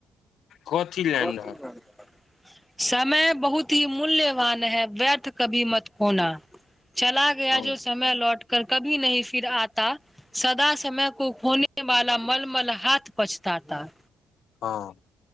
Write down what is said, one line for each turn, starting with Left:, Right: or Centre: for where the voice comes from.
Left: कथी लाइन
Centre: <unintelligible>
Left: रहै
Centre: समय बहुत ही मूल्यवान है व्यर्थ कभी मत खोना चला गया
Left: हँ
Centre: जो समय लौट कर कभी नही फिर आता सदा समय को खोने वाला मलमल हाथ पछताता
Left: हँ